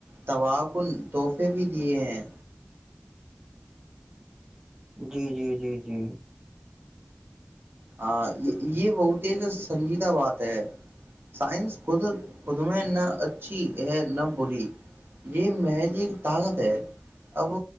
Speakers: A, on the right; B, on the right.
A: توکن تحفے بھی دیے ہیں
B: جی جی جی جی
A: ہاں یہ بہت ایک سنجیدہ بات ہے سائنس خود خود میں نہ اچھی ہے نہ بری یہ محض ایک طاقت ہے اب